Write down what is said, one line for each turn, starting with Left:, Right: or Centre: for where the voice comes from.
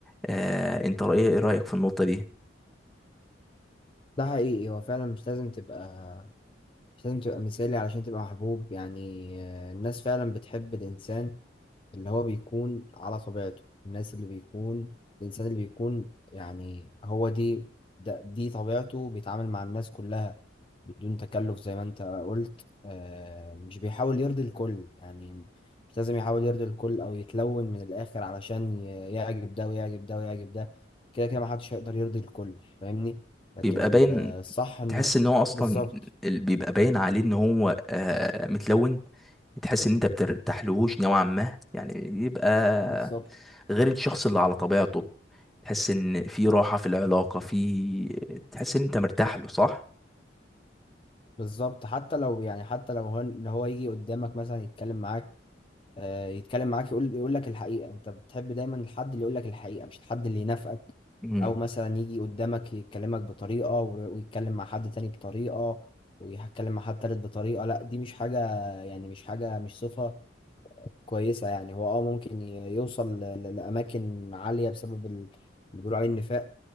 Centre: آه، انت رأي ايه رأيك في النقطة دي
Left: ده حقيقي هو فعلا مش لازم تبقى مش لازم تبقى مثالي علشان تبقى محبوب يعني آه، الناس فعلا بتحب الانسان اللي هو بيكون على طبيعته الناس اللي بيكون الإنسان اللي بيكون يعني هو دي ده دي طبيعته بيتعامل مع الناس كلها بدون تكلف زي ما انت قلت آه مش بيحاول يرضي الكل يعني مش لازم يحاول يرضي الكل أو يتلون من الآخر علشان ي- يعجب ده ويعجب ده ويعجب ده كده كده محدش هيقدر يرضي الكل فاهمني لكن
Centre: بيبقى
Left: ال-
Centre: باين
Left: الصح انه
Centre: تحس ان هو اصلا
Left: بالظبط
Centre: ال- بيبقى باين عليه ان هو آه، متلون تحس ان انت بترتاحلهوش نوعا ما يعني يبقى
Left: بالظبط
Centre: غير الشخص اللي على طبيعته تحس ان في راحة في العلاقة في تحس ان انت مرتاح له صح
Left: بالظبط حتى لو يعني حتى لو هو لو هو يجي قدامك مثلا يتكلم معاك آه، يتكلم معاك يقول يقول لك الحقيقة انت بتحب دايما الحد اللي يقول لك الحقيقة مش الحد اللي ينافقك
Centre: امم
Left: او مثلا يجي قدامك يكلمك بطريقة و- ويتكلم مع حد تاني بطريقة ويتكلم مع حد تالت بطريقة لا دي مش حاجة يعني مش حاجة مش صفة كويسة يعني هو اه ممكن ي- يوصل ل- ل- لأماكن عالية بسبب ال- اللي بيقولوا عليه النفاق